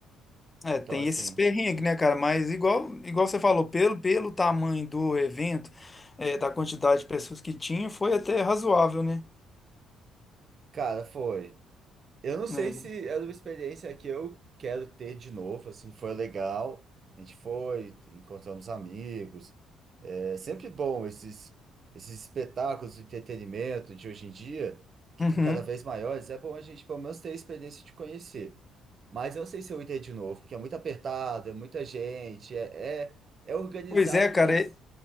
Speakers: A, on the left (about 25°); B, on the right (about 45°).
A: É,
B: Então,
A: tem
B: assim,
A: esses perrengues, né, cara? Mas igual, igual você falou, pelo, pelo tamanho do evento, é, da quantidade de pessoas que tinha, foi até razoável, né?
B: cara, foi. Eu não sei
A: É.
B: se era uma experiência que eu quero ter de novo, assim, foi legal. A gente foi, encontramos amigos. É sempre bom esses, esses espetáculos de entretenimento de hoje em dia, que
A: Uhum.
B: estão cada vez maiores. É bom a gente, pelo menos, ter a experiência de conhecer. Mas eu não sei se eu iria de novo, porque é muito apertado, é muita gente, é, é, é organizado,
A: Pois é, cara.
B: mas.